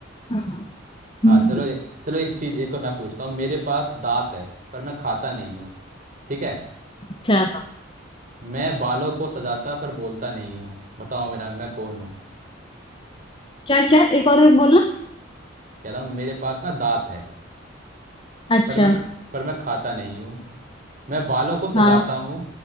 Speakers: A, on the left; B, on the right.
A: हाँ,
B: हाँ
A: हम्म,
B: चलो ए- चलो एक चीज एक और मैं पूछता हूँ मेरे पास दांत है पर मैं खाता नहीं हूँ ठीक है
A: अच्छा
B: मैं बालों को सजाता पर बोलता नहीं हूँ बताओ मेरा मैं कौन हूँ
A: क्या क्या एक और बोलना
B: कह रहा हूँ मेरे पास ना दांत है
A: अच्छा
B: पर मैं ख- पर मैं खाता नहीं हूँ मैं बालों को सजाता
A: हाँ
B: हूँ